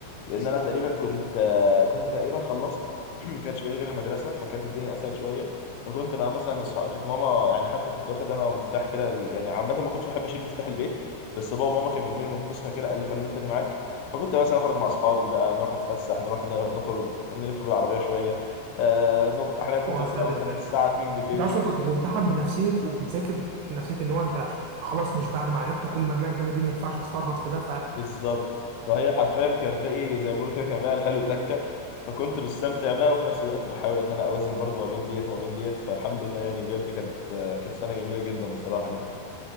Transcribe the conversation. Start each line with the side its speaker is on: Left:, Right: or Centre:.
Left: لان انا تقريبا كنت آه، كنت تقريبا خلصت <clears throat> ما كانش بقى غير المدرسه فكانت الدنيا اسهل شويه فكنت بقى مثلا اصحاب كانت ماما يعني حتى كنت واخد انا مفتاح كده يعني عامه ما كنتش بحب اشيل مفتاح البيت بس بابا وماما كانوا مديني مف- نسخه كده قال لي خلي النسخه دي معاك فكنت مثلا اخرج مع اصحابي بقى نروح نتفسح نروح ن- نخرج نلف بالعربيه شويه آه نخ... حاليا كنت
Right: وصلت
Left: برجع مثلا
Right: الفكره
Left: الساعه 2 بالليل
Right: انت اصلا
Left: مش
Right: كنت بتمتحن بنفسيه وبتذاكر بنفسيه ان هو انت خلاص مش بعد ما عجبت كل المجموعه الجامده دي ما ينفعش تفرط في ده ف
Left: بالظبط فهي حرفيا كان باقي زي ما بقول كده كان باقي الحلو تكه فكنت بستمتع بقى وفي نفس الوقت بحاول ان انا اوازن برضو ما بين ديت وما بين ديت فالحمد لله يعني بجد كانت كانت سنه جميله جدا بصراحه يعني